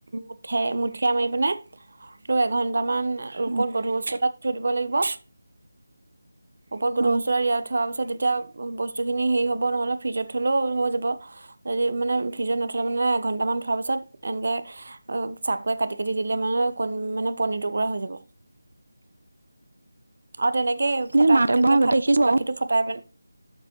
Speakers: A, on the right; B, on the right.
A: মুঠে মুঠিয়া মাৰি পিনে আৰু এঘন্টামান,
B: অ
A: ৰূপত গধুৰ বস্তু এটা দি থৈ দিব লাগিব। ওপৰত গধুৰ
B: অ
A: বস্তু আৰ ইয়াত থোৱা পিছত তেতিয়া বস্তুখিনি হেৰি হ'ব নহ'লে ফ্ৰিজত থলেও হৈ যাব যদি মানে ফ্ৰিজত নথ'লে মানে এঘণ্টামান থোৱাৰ পিছত, এনেকৈ চাকুৱে কাটি কাটি দিলে মানে ক মানে পনিৰ টুকুৰা হৈ যাব, আৰু তেনেকে কেই
B: এনে
A: ফটা,
B: মাহঁতে
A: তেনেকে
B: বনোৱা আগতে
A: ফাট
B: দেখিছো বাৰু
A: গাখীৰটো ফটাই পে